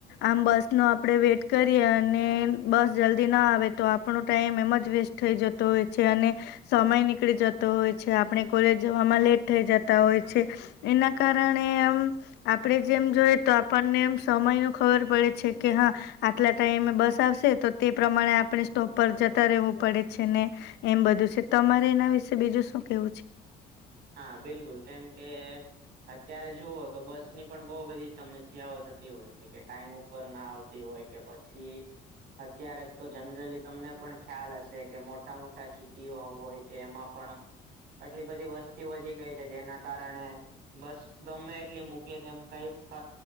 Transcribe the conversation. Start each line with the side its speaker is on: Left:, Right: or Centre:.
Left: આમ બસ નો આપડે વેટ કરીએ અને બસ જલ્દી ના આવે તો આપણો ટાઈમ એમ જ વેસ્ટ થઈ જતો હોય છે અને સમય નીકળી જતો હોય છે આપણે કોલેજ જવામાં લેટ થઈ જતા હોય છે એના કારણે આમ આપણેે જેમ જોઈએ તો આપણને એમ સમય ન ખબર પડે છે કે હા આટલા ટાઈમે બસ આવશે તો તે પ્રમાણે આપણે સ્ટોપ પર જતા રહેવું પડે છે ને એમ બધું છે તમારે એના વિશે બીજું શું કેવું છે.
Right: હા બિલકુલ કેમ કે અત્યારે જુઓ તો બસ ની પણ બહુ બધી સમસ્યાઓતી તે હોય છે કે ટાઈમ ઉપર ના આવતી હોય કે પછી અત્યારે તો જનરલી તમને પણ ખ્યાલ હશે કે મોટા મોટા સિટીઓ હોય છે એમાં પણ આટલી બધી વસ્તી વધી ગઈ છે જેના કારણે બસ ગમે એટલી મૂકીએ તો એમ કઈ ફ